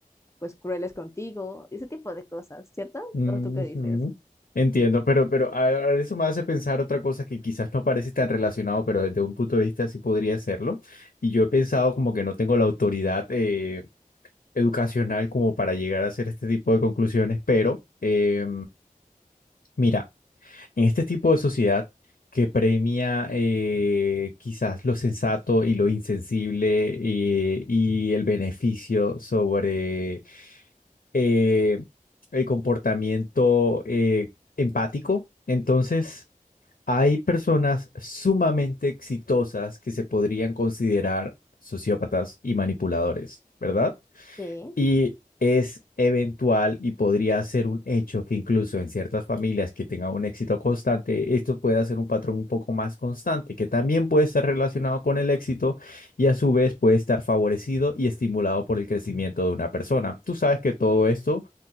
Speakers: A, on the left; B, on the left.
A: pues crueles contigo, ese tipo de cosas, ¿cierto?
B: ujú,
A: ¿O tú qué dices?
B: Entiendo, pero, pero a- a eso me hace pensar otra cosa que quizás no parece tan relacionado, pero desde un punto de vista sí podría serlo. Y yo he pensado como que no tengo la autoridad. eh, educacional como para llegar a hacer este tipo de conclusiones, pero eh, mira, en este tipo de sociedad que premia eh, quizás lo sensato y lo insensible eh, y el beneficio sobre eh, el comportamiento eh, empático, entonces hay personas sumamente exitosas que se podrían considerar sociópatas y manipuladores, ¿verdad?
A: Sí,
B: Y es eventual y podría ser un hecho que incluso en ciertas familias que tengan un éxito constante, esto pueda ser un patrón un poco más constante, que también puede estar relacionado con el éxito y a su vez puede estar favorecido y estimulado por el crecimiento de una persona. Tú sabes que todo esto